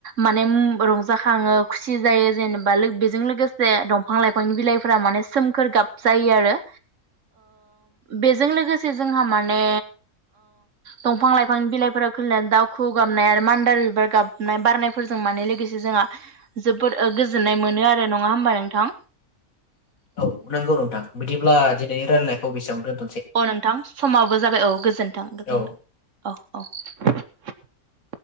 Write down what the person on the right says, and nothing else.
माने रंजाखाङो खुसि जायो जेनेबा बेजों लोगोसे दंफां लाइफां बिलाइफोरा माने सोमखोर गाब जायो आरो बेजों लोगोसे जोंहा माने दंफां लाइफांनि बिलाइफोरा खनानै दाउखु गाबनाय आरो मान्दार बिबार गाब बारनायफोरजों मान लोगोसे जोंहा जोबोद गोजोननाय मोनो आरो नङा होमबा नोंथां।
औ नोंथां समाबो जाबाय औ। गोजोन थों गोजोनथों
औ औ।